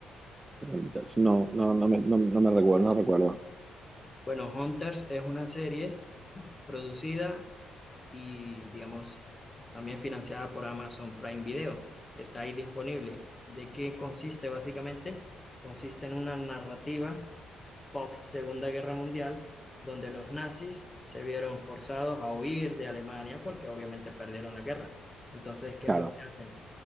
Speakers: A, on the right; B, on the left.
A: Entonces, No, no, no me, no, no me recuerdo, no recuerdo.
B: Bueno, Hunters es una serie producida y, digamos, también financiada por Amazon Prime Video. Está ahí disponible. ¿De qué consiste básicamente? Consiste en una narrativa post Segunda Guerra Mundial, donde los nazis se vieron forzados a huir de Alemania porque obviamente perdieron la guerra. Entonces, ¿qué
A: Claro.
B: es lo que hacen?